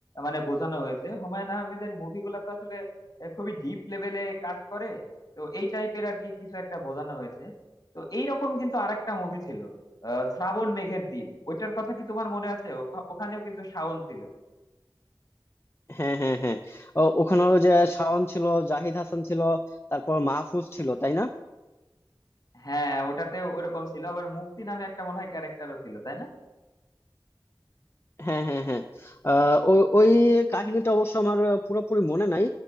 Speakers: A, on the left; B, on the left.
A: মানে বোঝানো হয়েছে হুমায়ুন আহমেদের মুভিগুলো তো আসলে আহ, খুবই ডিপ লেভেলে কাট করে তো এই টাইপের আর কি কিছু একটা বোঝানো হয়েছে তো এইরকম কিন্তু আরেকটা মুভি ছিল আহ শ্রাবণ মেঘের দিন ওইটার কথা কি তোমার মনে আছে ওখা- ওখানেও কিন্তু শাওন ছিল
B: হ্যাঁ হ্যাঁ হ্যাঁ ও, ওখানেও যে শাওন ছিল জাহিদ হাসান ছিল তারপর মাহফুজ ছিল তাই না
A: হ্যাঁ ওটাতে ওরকম ছিল আবার মুক্তি নামে একটা মনে হয় ক্যারেক্টারও ছিল তাই না
B: হ্যাঁ হ্যাঁ হ্যাঁ আহ, ও- ওই কাহিনীটা অবশ্য আমার পুরোপুরি মনে নাই